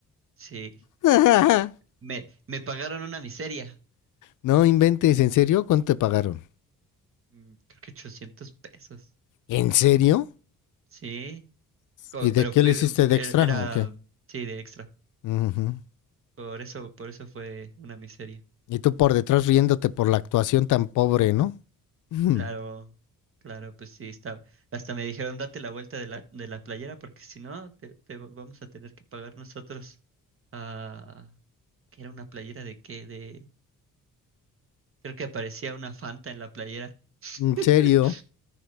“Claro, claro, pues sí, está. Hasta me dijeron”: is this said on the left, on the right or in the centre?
Right